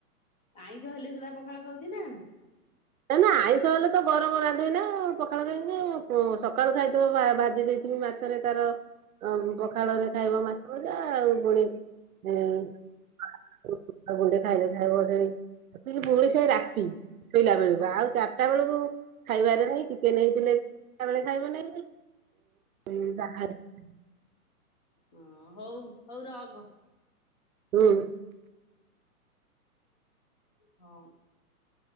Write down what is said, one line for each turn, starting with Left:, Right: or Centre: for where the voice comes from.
Left: ଆଇଁଷ ହେଲେ ସିନା ପଖାଳ ଖାଉଛି ମୁଁ।
Right: ନ ନା ଆଇଁଷ ହେଲେ ତ ଗରମ ରାନ୍ଧେ ନା ପଖାଳୁ କାକି ସକାଳୁ ଖାଇଥିବ ଭାଜି ଦେଇ ମାଛରେ ତାର ପଖାଳରେ ଖାଇବ ମାଛ ଭଜା ଆଉ ପୁଣି ହୁଁ <unintelligible> ଆଉ ଗୁଣ୍ଡେ ଖାଇଦ ଖାଇବ ପୁଣି ସେ ରାତି ସେ ରାତି ଶୋଇଲା ବେଳକୁ ଆଉ ଚାରିଟା ବେଳକୁ ଖାଇବାରେ ନାଇଁ ଚିକେନ ହେଇଥିଲେ ଚିଟା ବେଳେ ଖାଇବ ନାହିଁ। ଏ ବା <unintelligible>
Left: ହଁ ହଉ ହଉ ରଖ।
Right: ହୁଁ।
Left: ହଁ।